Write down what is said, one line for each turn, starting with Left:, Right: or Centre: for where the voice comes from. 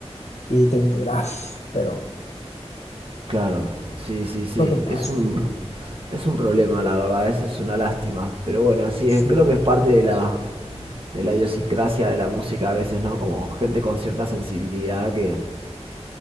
Left: y te enterás. Pero
Right: Claro. Sí, sí, sí.
Left: lo que pasa.
Right: Es un, es un problema, la verdad. Es, es una lástima. Pero bueno, sí,
Left: Sí.
Right: es- creo que es parte de la, de la idiosincrasia de la música a veces, ¿no? Como gente con cierta sensibilidad que